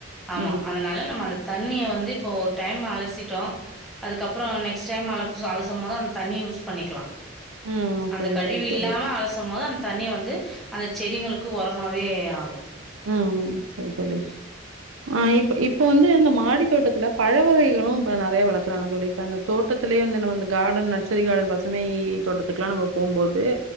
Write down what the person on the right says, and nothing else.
ம்,
ம்.
ம்
சரி,
சரி தோழி.
ம் ம் செரி தோழி ஆ இப் இப்ப வந்து இந்த மாடி தோட்டத்துலப் பழ வகைகளும் இப்ப நறைய வளக்றாங்க தோழி இப்ப அந்த தோட்டத்திலேயே வந்து நம்ம அந்த கார்டன் நர்சரி கார்டன் பசுமை தோட்டத்துக்கெல்லா நம்ம போம்போது